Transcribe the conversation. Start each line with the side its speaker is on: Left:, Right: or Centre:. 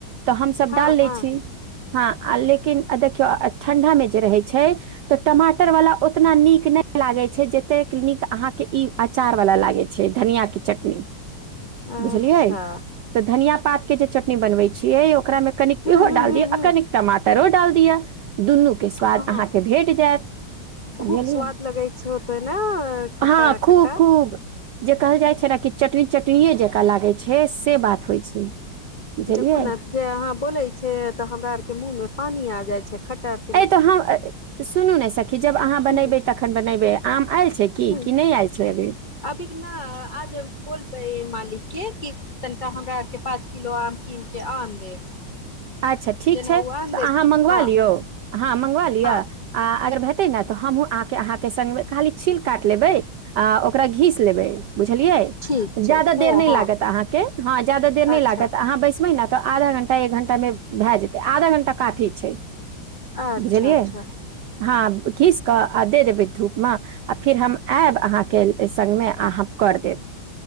Right: तऽ हम सब
Left: हँ
Right: डाल
Left: हँ
Right: लै छी हँ आ लेकिन देखियौ ठंडा मे जे रहै छै तऽ टमाटर वाला ओतना नीक नै लागे छै जतेक नीक अहाँके ई अँचार वाला लागै छै धनियाँ के चटनी
Left: <inaudible>
Right: बुझलियै
Left: अच्छा
Right: तऽ धनियाँ पात के जे चटनी बनबै छियै ओकरामे कनिक
Left: हूँ
Right: इहो
Left: हूँ
Right: डाल
Left: हूँ
Right: दिअ
Left: हूँ
Right: आ कनिक टमाटरो डाल दिअ दुनू के स्वाद
Left: हँ
Right: अहाँके भेट जायत
Left: खूब
Right: बुझलियै
Left: स्वाद लगै छै होते नै
Right: हँ
Left: खट्टा-
Right: खूब
Left: खट्टा
Right: खूब जे कहल जाइ छै ने कि चटनी चटनिए जकाँ लागै छै से बात होइ छै बुझलियै
Left: देखु न जे अहाँ बोले छै तऽ हमरा ओर के मुँह मे पानी आ जाय छै खटर
Right: अइ सुनू ने सखी जब अहाँ बनेबै
Left: ह
Right: तखन बनेबै आम आयल छै की
Left: ह
Right: की नय आइल छै अभी
Left: अभी न आज बोलबै मालिक के की तनिका हमरा ओर के पाँच किलो आम कीन के आन देब
Right: अच्छा ठीक
Left: जेना
Right: छै
Left: ओ आन
Right: तऽ
Left: देब
Right: अहाँ मँंगवा
Left: हँ
Right: लियौ, हँ मँंगवा लिअ
Left: हँ
Right: आ अगर हेतै न तऽ हमहुँ अहाँके- अहाँके संग मे खाली छील काट लेबै आ ओकरा घीस लेबै बुझलियै
Left: ठीक छै
Right: जादा
Left: हँ
Right: देर नय
Left: हँ
Right: लागत आहाँ के, हँ जादा देर नय
Left: अच्छा
Right: लागत, आहाँ बैसबै न तऽ आधा घंटा एक घं टा मे भै जेतै। आधा घंटा काफी छै
Left: अच्छा
Right: बुझलियै
Left: अच्छा
Right: हँ खीस क आ दे देेबै धूपमे आ फिर हम आयब अहाँके संगमे आ हम कर देब